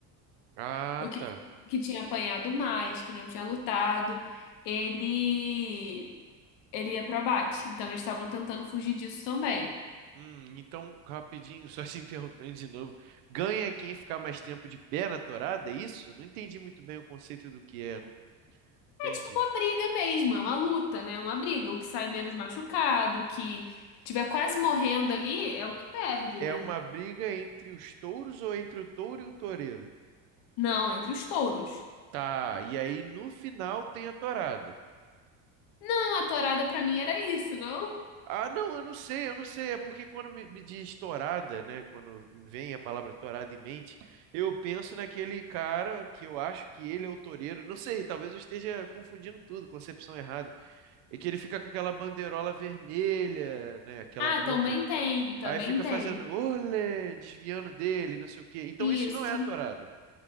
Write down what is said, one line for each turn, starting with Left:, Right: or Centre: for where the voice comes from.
Right: Ah,
Left: o que,
Right: tá.
Left: que tinha apanhado mais, que não tinha lutado, ele ele ia pro abate. Então eles estavam tentando fugir disso também.
Right: Hum, então, rapidinho, <laughs> só te interrompendo de novo. Ganha quem ficar mais tempo de pé na torada, é isso? Não entendi muito bem o conceito do que é, não entendi.
Left: É tipo uma briga mesmo, é uma luta, né? É Uma briga. O que sai menos machucado, o que tiver quase morrendo ali é o que perde,
Right: É
Left: né?
Right: uma briga entre os touros ou entre o touro e o toureiro?
Left: Não, entre os touros.
Right: Tá, e aí no final tem a torada.
Left: Não, a tourada pra mim era isso, não?
Right: Ah, não, eu não sei, eu não sei. É porque quando me, me diz torada, né? Quando me vem a palavra torada em mente, eu penso naquele cara que eu acho que ele é o toureiro. Não sei, talvez eu esteja confundindo tudo, concepção errada. E que ele fica com aquela bandeirola vermelha, né? Aquela
Left: Ah,
Right: manta.
Left: também tem, também
Right: Aí fica
Left: tem.
Right: fazendo olé, desviando dele, não sei o quê. Então
Left: Isso,
Right: isso não é a tourada.